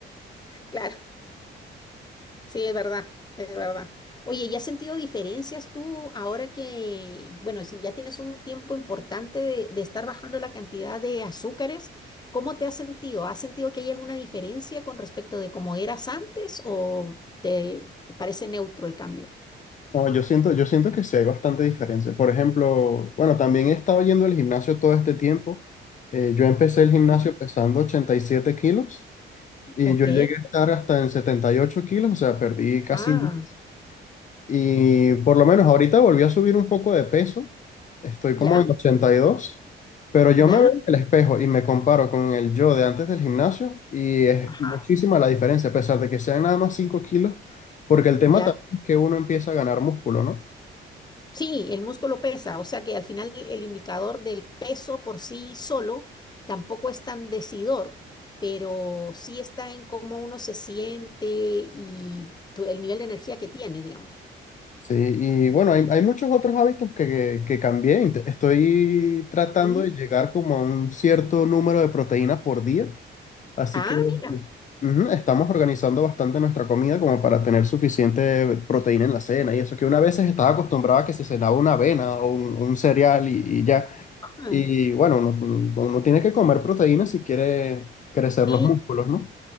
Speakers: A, on the left; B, on the left.
A: claro. Sí, es verdad, es verdad. Oye, ¿y has sentido diferencias tú ahora que, bueno, si ya tienes un tiempo importante de, de estar bajando la cantidad de azúcares, ¿cómo te has sentido? ¿Has sentido que hay alguna diferencia con respecto de cómo eras antes o te parece neutro el cambio?
B: No, yo siento, yo siento que sí hay bastante diferencia. Por ejemplo, bueno, también he estado yendo al gimnasio todo este tiempo. Eh, yo empecé el gimnasio
A: Ya.
B: pesando 87 kilos. Y
A: Ok.
B: yo llegué a estar hasta en 78 kilos, o sea, perdí casi
A: Ah,
B: 10. Y por lo menos ahorita volví a subir un poco de peso, estoy como
A: ya,
B: en ochenta y dos pero yo
A: ya.
B: me veo en el espejo y me comparo con el yo de antes del gimnasio y es
A: Ajá.
B: muchísima la diferencia, a pesar de que sean nada más 5 kilos, porque el tema
A: Ya.
B: también es que uno empieza a ganar músculo, ¿no?
A: Sí, el músculo pesa, o sea que al final el indicador del peso por sí solo tampoco es tan decidor, pero sí está en cómo uno se siente y tu- el nivel de energía que tienes, digamos.
B: Sí, y bueno, hay, hay muchos otros hábitos que, que, que cambié. Int- Estoy tratando
A: Sí.
B: de llegar como a un cierto número de proteínas por día. Así
A: Ah,
B: que ujú,
A: mira.
B: estamos organizando bastante nuestra comida como para tener suficiente proteína en la cena y eso, que una vez estaba acostumbrada a que se cenaba una avena o un, un cereal y, y ya.
A: Ajá.
B: Y bueno, uno, uno tiene que comer proteína si quiere crecer
A: Sí,
B: los músculos, ¿no?